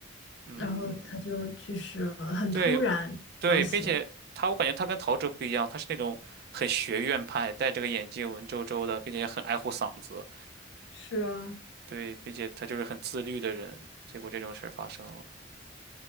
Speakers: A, on the right; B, on the left.
A: 嗯，
B: 然后他就去世了，很突然消息。
A: 对对，并且他我感觉他跟陶喆不一样，他是那种很学院派，戴着个眼镜文绉绉的，并且也很爱护嗓子，
B: 是啊，
A: 对，并且他就是很自律的人。结果这种事儿发生了，